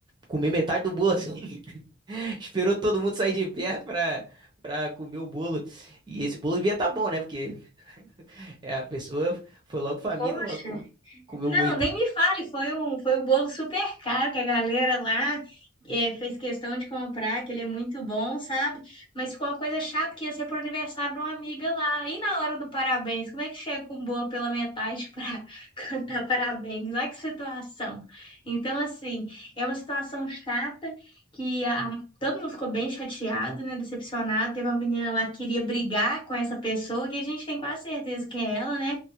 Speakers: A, on the right; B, on the left.
A: Comer metade do bolo assim, <laughs> esperou todo mundo sair de perto pra, pra comer o bolo. E esse bolo devia estar bom, né? Porque é, a pessoa foi logo faminta,
B: Poxa.
A: logo co- comeu
B: Não,
A: muito.
B: nem me fale, foi um, foi um bolo super caro que a galera lá eh, fez questão de comprar, que ele é muito bom, sabe? Mas ficou uma coisa chata que ia ser pro aniversário de uma amiga lá. E na hora do parabéns, como é que chega com um bolo pela metade <laughs> para cantar parabéns? Olha que situação. Então, assim, é uma situação chata que a- a- todo mundo ficou bem chateado, né? Decepcionado. Teve uma menina lá que queria brigar com essa pessoa, que a gente tem quase certeza que é ela, né?